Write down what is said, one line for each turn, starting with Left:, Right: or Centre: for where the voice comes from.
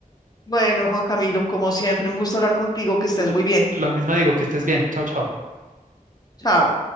Left: Bueno, Juan Camilo, como siempre, un gusto hablar contigo, que estés
Right: L-
Left: muy bien.
Right: lo mismo digo, que estés bien. Chao, chao.
Left: Chao.